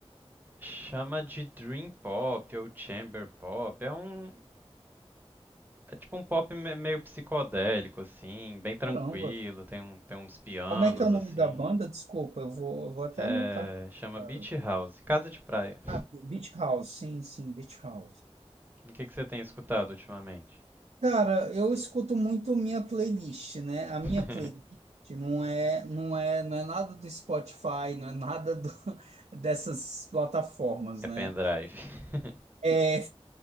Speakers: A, on the right (about 15°); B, on the right (about 85°).
A: Chama de Dream Pop ou Chamber Pop. É um, é tipo um pop me- meio psicodélico assim, bem tranquilo,
B: Caramba.
A: tem um, tem uns pianos
B: Como é que é o nome
A: assim.
B: da banda? Desculpa, eu vou, eu vou até
A: É,
B: anotar,
A: chama
B: cara.
A: Beach House, Casa de Praia.
B: Ah, Beach House, sim, sim, Beach House.
A: O que, que você tem escutado ultimamente?
B: Cara, eu escuto muito minha playlist, né? A minha
A: <laughs>
B: playlist não é, não é, não é nada do Spotify, não é nada do- <laughs> dessas plataformas,
A: é
B: né?
A: pendrive. <laughs>
B: É,